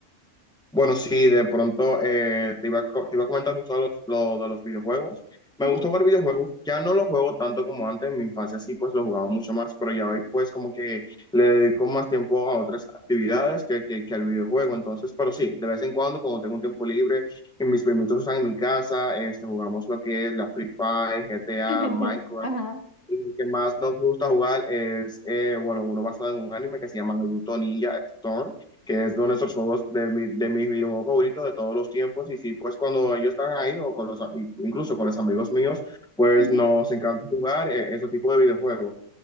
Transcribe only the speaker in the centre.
Bueno, sí, de pronto eh, te iba a, co- te iba a comentar justo lo, lo de los videojuegos. Me
gusta jugar videojuegos, ya no los juego tanto como antes, en mi infancia sí pues los jugaba mucho más, pero ya hoy pues como que le dedico más tiempo a otras actividades que, que, que al videojuego, entonces, pero sí, de vez en cuando cuando tengo un tiempo libre y mis primitos están en mi casa, este, jugamos lo que es la Free Fire, GTA,
Minecraft.
Y lo que más nos gusta jugar es, eh, bueno, uno basado en un anime que se llama Naruto Ninja Storm, que es uno de nuestros juegos de, mi- de mis videojuegos favoritos de todos los tiempos. Y sí, pues cuando ellos están ahí o con los, a- incluso con los amigos míos, pues
nos encanta jugar eh, ese tipo de videojuegos.